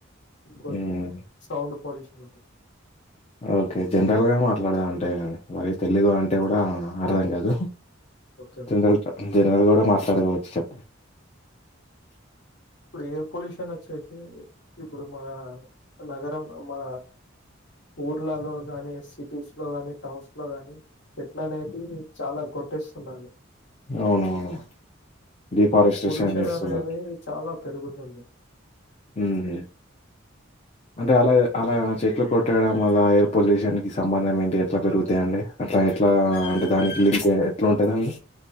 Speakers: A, on the left; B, on the left.
A: ఇంకోటి
B: మ్మ్
A: సౌండ్ పొల్యూషన్
B: ఓకే జనరల్ గా మాట్లాడదాం అంటే మరి తెలుగు
A: ఉమ్,
B: అంటే కూడా అర్థం కాదు
A: ఓకే
B: జనరల్ గా జనరల్ గా కూడా మాట్లాడుకోవచ్చు
A: ఇప్పుడు హెయిర్ పొల్యూషన్ వచ్చేసి ఇప్పుడు మా నగరం మా ఊర్లాలో కాని సిటీస్ లో కానీ టౌన్స్ లో కాని చెట్లు అనేది చాలా కొట్టేస్తున్నారు
B: అవునవును డిఫారెస్టేషన్
A: పొల్యూషన్
B: చేస్తున్నారు
A: అనేది చాలా పెరుగు <inaudible>
B: మ్మ్. అంటే అలా అలా చెట్లు కొట్టేయడం వల్ల ఎయిర్ పొల్యూషన్ కి సంబంధం ఏంటి ఎట్లా పెరుగుతాయిండి అట్లా ఎట్లా అంటే దానికి లింక్ ఎట్లా ఉంటదండి